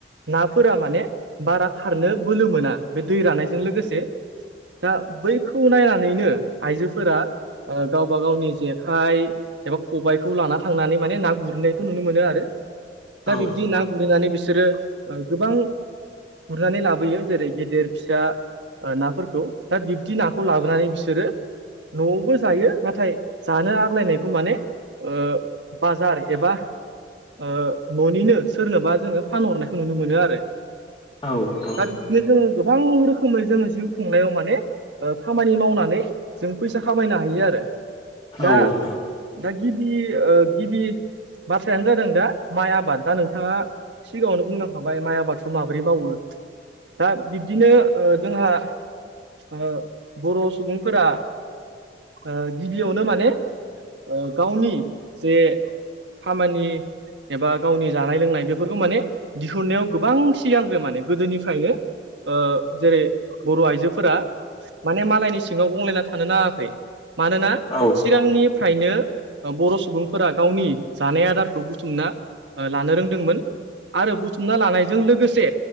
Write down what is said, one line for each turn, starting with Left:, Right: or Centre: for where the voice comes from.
Right: नाफोरा माने बारा खारनो बोलो मोना बे दै रानायजों लोगोसे दा बैखौ नायनानैनो आइजोफोरा ओ गावबा गावनि जेखाइ एबा खबायाइखौ लाना थांनानै माने ना गुरैनायखौ नुनो मोनो आरो दा
Left: औ
Right: बिब्दि ना गुरैनानै बि बिसोरो गोबां ओ गुरनानै लाबोयो जेरै गेदेर, फिसा ओ नाफोरखौ दा बिब्दि नाखौ लाबोनानै बिसोरो न'आवबो जायो नाथाय जानो आग्लायनायखौ माने ओ बाजार एबा ओ न'निनो सोरनोबा जोंङो फानहरनायखौ नुनो मोनो आरो।
Left: औ नोंथां
Right: दा बिदिनो जोंङो गोबां रोखोमै जोंङो जिउ खुंनायाव माने ओ खामानि मावनानै जों फैसा खामायनो हायो आरो दा
Left: औ नोंथां
Right: दा गिबि ओ गिबि बाथ्रायानो जादों दा माइ आबाद दा नोंथांङा सिगांङावनो बुंलांखाबाय माइ आबादखौ माबोरै मावो। दा बिब्दिनो ओ जोंहा ओ बर' सुबुंफोरा ओ गिबियावनो माने ओ गावनि जे खामानि एबा गावनि जानाय लोंनाय बेफोरखौ माने दिहुननायाव गोबां सिगांग्रो माने गोदोनिफ्रायनो ओ जेरै बर' आइजोफोरा माने मालायनि सिंङाव गंलायना थानो नांङाखै मानोना
Left: औ
Right: सिगांनि फ्रायनो बर' सुबुंफोरा गावनि जानाय आदारखौ बुथुमना ओ लानो रोंदोंमोन आरो बुथुमना लानायजों लोगोसे